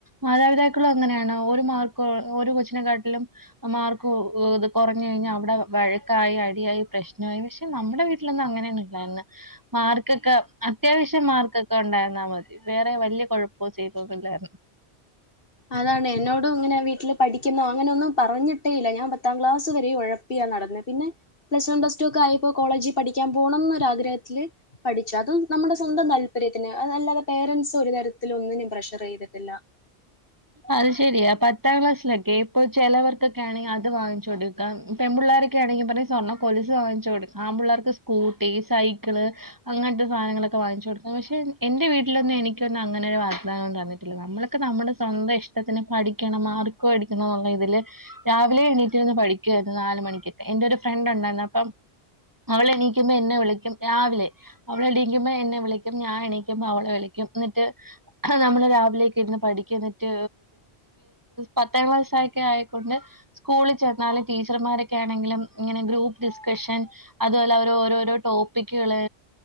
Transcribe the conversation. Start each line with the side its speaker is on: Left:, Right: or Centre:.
Right: മാതാപിതാക്കളും അങ്ങ അങ്ങനന്ന ഒരു മാർക്ക് ഒരു കൊച്ചിനെ കാട്ടിലും മാർക്ക്ത് കുറഞ്ഞ കഴിഞ്ഞാൽ അവിടെ വഴക്കായി അടിയായി പ്രശ്നായി പക്ഷെ നമ്മുടെ വീട്ടിലൊന്നും അങ്ങനെയൊന്നു ഇല്ലായിന്ന് മാർക്കൊക്കെ അത്യാവശ്യം മാർക്കൊക്കെ ഉണ്ടായിരുന്നാൽ മതി വേറെ വേറെ വലിയ കുഴപ്പോ ചീതൊന്നില്ലായിരുന്നു
Left: അതാണ് എന്നോടും ഇങ്ങനെ വീ ട്ടില് പഠിക്ക്ന്നോ അങ്ങനൊന്നും പറഞ്ഞിട്ടേ ഇല്ല ഞാൻ പത്താം ക്ലാസ് വരെ ഉഴപ്പിയാ നടന്നേ പിന്നെ പ്ലസ് വൺ പ്ലസ്‌ ടു ഒക്കെ ആയപ്പോ കോളേജിൽ പഠിക്കാൻ പോണംന്ന്‌ ഒരാഗ്രഹത്തിത്തില് പഠിച്ചു അതും നമ്മുടെ സ്വന്തം താല്പര്യത്തിന് അ അല്ലാതെ പാരൻറ്സ് ഒരു തരത്തിൽ ഒന്നിനും പ്രഷർ ചെയ്തിട്ടില്ല
Right: അത് ശരിയാ പത്താം ക്ലാസ്സിലൊക്കെ ഇപ്പൊ ചിലവർക്കൊക്കെ ആണെങ്കിൽ അത് വാങ്ങിച്ചു കൊടുക്കാം പെൺപുള്ള ർക്കൊക്കെണെങ്കിൽ പറയും സ്വർണ്ണകൊലുസ്സ് വാങ്ങിച്ചോടുക്ക ആമ്പുള്ളാർക്ക് സ്കൂട്ടി സൈക്കിൾ അങ്ങനത്തെ സാധനങ്ങ ങ്ങളൊക്കെ വാങ്ങിച്ചാെട്ക്കും പക്ഷെ എന്റെ വീട്ടിലാെന്നും എനിക്കൊന്നും അങ്ങനൊര് വാഗ്ദാനോം തന്നിട്ടില്ല നമ്മളൊക്കെ നമ്മ്ടെ സ്വന്തം ഇഷ്ടത്തിന് പഠിക്കണം മാർക്ക് വേടിക്കണൊന്ന്ള്ള ഇതില് രാവിലേ എണീറ്റിര്ന്ന് പഠിക്കുവായ്ര്ന്ന് നാല് മണിക്കക്ക എന്റെ ഒരു ഫ്രണ്ട്ണ്ടായിന്ന് അപ്പം അവളെ എണീക്കുമ്പോ എന്നെ വിളിക്കും രാവിലെ അവളെണീക്കുമ്പോ എന്നെ വിളിക്കും ഞാൻ എണീക്കുമ്പോ അവളെ വിളിക്കും എന്നിട്ട് നമ്മള് രാവിലക്ക് ഇരുന്ന് പഠിക്കും എന്നിട്ട് ഇത്‌ പത്താം ക്ലാസ്സക്കെ ആയിക്കൊണ്ട് സ്കൂളിൽ ചെന്നാലും ടീച്ചർമാരൊക്കെ ആണെങ്കിലും ഗ്രൂപ്പ് ഡിസ്കഷൻ അതുപോലെ ഓരോരോ ടോപ്പിക്കുകള്